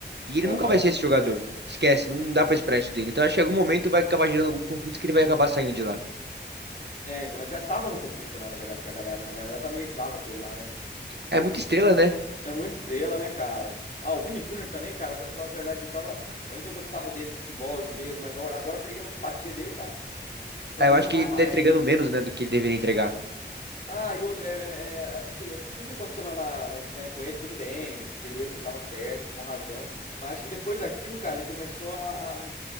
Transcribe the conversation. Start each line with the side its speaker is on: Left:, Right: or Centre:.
Right: E ele
Left: Aham.
Right: nunca vai ser esse jogador. Esquece, não dá pra esperar isso dele. Então eu acho que em algum momento vai acabar gerando algum conflito que ele vai acabar saindo de lá.
Left: É, então, mas já tava num conflito lá, na verdade, com a galera, né? A galera tá meio brava com ele lá, né?
Right: É muita estrela, né?
Left: É muito estrela, né, cara? Ah, o Vini Júnior também, cara, pra falar a verdade, eu tava... antes eu gostava dele do futebol, do ver, mas agora, agora eu peguei uma antipatia dele, cara, que pra
Right: Ah, Eu
Left: mim
Right: acho
Left: não vai
Right: que ele
Left: mais.
Right: tá entregando menos, né, do que ele deveria entregar.
Left: Ah, e outra, é, é- é, que- é, tudo que aconteceu lá na, na Espanha com ele, tudo bem, beleza, ele tava certo, com razão. Mas acho que depois daquilo, cara, ele começou a,